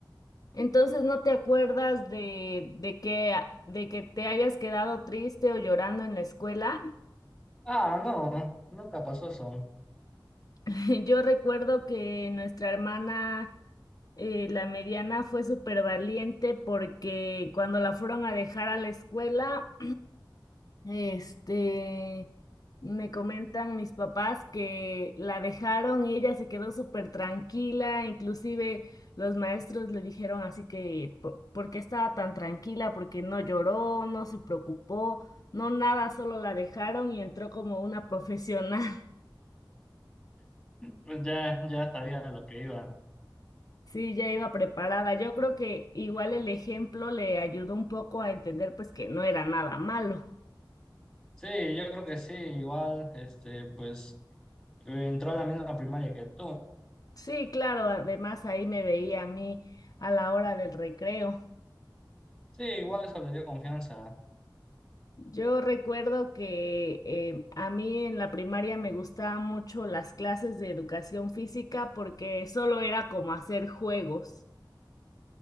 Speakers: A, on the left; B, in the centre.
A: Entonces, ¿no te acuerdas de, de que, de que te hayas quedado triste o llorando en la escuela?
B: Ah, no, nunca pasó eso.
A: <laughs> Yo recuerdo que nuestra hermana, eh, la mediana, fue súper valiente porque cuando la fueron a dejar a la escuela, Este, me comentan mis papás que la dejaron y ella se quedó súper tranquila, inclusive los maestros le dijeron así que, po- ¿por qué estaba tan tranquila? Porque no lloró, no se preocupó, no nada, solo la dejaron y entró como una profesional. <laughs>
B: Pues ya, ya sabía a lo que iba.
A: Sí, ya iba preparada. Yo creo que igual el ejemplo le ayudó un poco a entender pues que no era nada malo.
B: Sí, yo creo que sí, igual, este, pues entró a la misma primaria que tú.
A: Sí, claro, además ahí me veía a mí a la hora del recreo.
B: Sí, igual eso le dio confianza.
A: Yo recuerdo que eh, a mí en la primaria me gustaban mucho las clases de educación física porque solo era como hacer juegos.